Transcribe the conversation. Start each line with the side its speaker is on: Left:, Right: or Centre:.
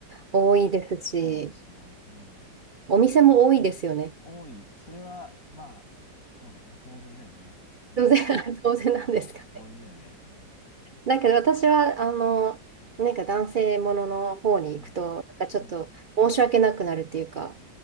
Right: 多いですし、
Left: そうですね。うん。
Right: お店も多いですよね。
Left: 多い。それは、まあ、そうだよね。当然だよね。うん。
Right: 当然、<laughs> 当然なんですかね。
Left: うん。当然だよね。うん。
Right: だけど私は、あの、なんか男性ものの方に行くと、
Left: うん。
Right: なんかちょっと申し訳なくなるっていうか、
Left: うん。